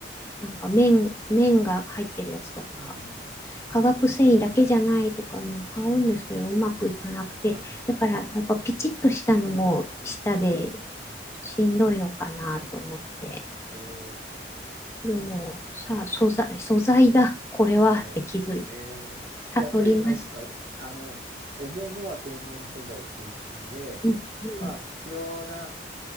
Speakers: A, on the left; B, on the right.
A: なんか綿、綿が入ってるやつとか、
B: うん、うん。
A: 化学繊維だけじゃないとかも買うんですけど、
B: ええー、うん、
A: うまくいかなくて。
B: うん。なるほどね。
A: だから、やっぱピチッとしたのも、
B: うん
A: 舌で
B: うん。
A: しんどいのかなと思って。
B: うんうんうんうん。へえ。
A: でも、さあ、素材、素材だ、これはって気づい、
B: あ、素材。へえ。
A: 悟りました。
B: じゃあ、やっぱり、あれですか、あの、おももは天然素材中心で、
A: うん、うん、
B: まあ、必要な、